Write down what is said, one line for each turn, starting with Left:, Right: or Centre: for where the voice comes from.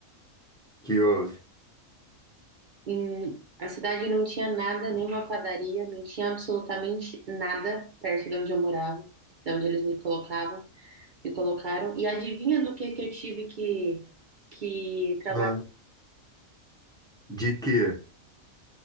Centre: que houve?
Right: Hum, a cidade não tinha nada, nenhuma padaria, não tinha absolutamente nada perto de onde eu morava, de onde eles me colocavam, me colocaram. E adivinha do que que eu tive que, que trabalhar?
Centre: Hã? De quê?